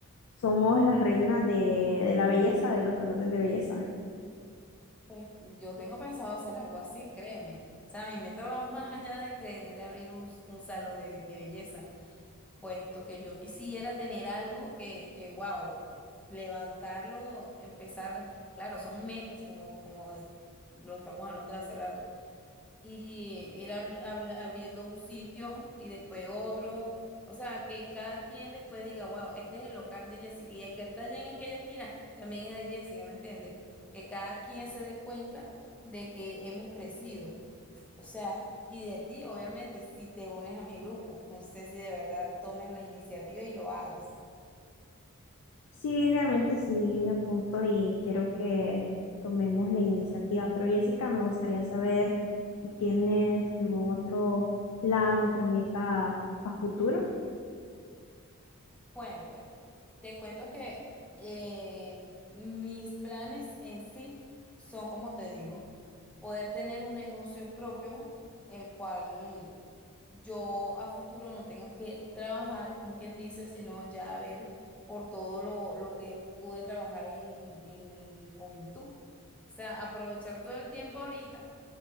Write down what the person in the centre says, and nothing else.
Pues yo tengo pensado hacer algo así, créeme. O sea, mi meta va más allá de querer abrir un, un salón de de belleza. puesto que yo quisiera tener algo que, que wow, levantarlo, empezar, claro, son metas como, como es- lo estamos hablando de hace rato, y ir abri- habla- abriendo un sitio y después otro, o sea, que cada quien después diga, wow, este es el local de Jessica y el que está allá en aquella esquina también es de Jessica, ¿me entiendes? Que cada quien se dé cuenta de que hemos crecido. O sea, y de ti, obviamente, si te unes a mi grupo, no sé si de verdad tomes la iniciativa y lo hagas.
Bueno, bueno, bueno. Te cuento que eh, mis planes en sí son, como te digo, poder tener un negocio propio, el cual yo a futuro no tenga que trabajar, como quien dice, sino ya ver por todo lo, lo que pude trabajar en, en juventud. O sea, aprovechar todo el tiempo ahorita